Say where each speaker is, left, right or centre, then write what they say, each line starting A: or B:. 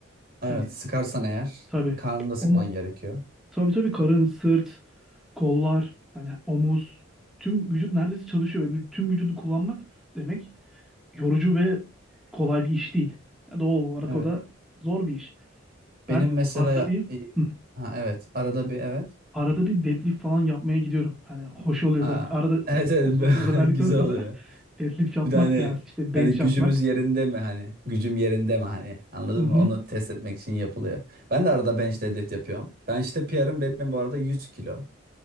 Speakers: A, on the right; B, in the centre.
A: Evet
B: Hani
A: sıkarsan eğer
B: tabii.
A: karnını da sıkman
B: Onu
A: gerekiyor.
B: tabii tabii karın, sırt kollar, hani omuz, tüm vücut neredeyse çalışıyor ve bu- tüm vücudu kullanmak demek yorucu ve kolay bir iş değil. Ya doğal olarak
A: Evet.
B: o da zor bir iş.
A: Benim
B: Ben
A: mesela
B: arada bir
A: e,
B: hı,
A: ha evet arada bir evet.
B: arada bir deadlift falan yapmaya gidiyorum. Hani hoş oluyor
A: Aa,
B: böyle bir arada
A: evet evet
B: uzun bir ara verdikten
A: <laughs> güzel
B: sonra
A: oluyor.
B: <laughs> deadlift yapmak
A: Bir de hani
B: veya işte bench
A: hani gücümüz
B: yapmak.
A: yerinde mi hani gücüm yerinde mi hani anladın
B: Hı hı.
A: mı? Onu test etmek için yapılıyor. Ben de arada bench deadlift yapıyorum. Bench'te PR'ım benim bu arada 100 kilo.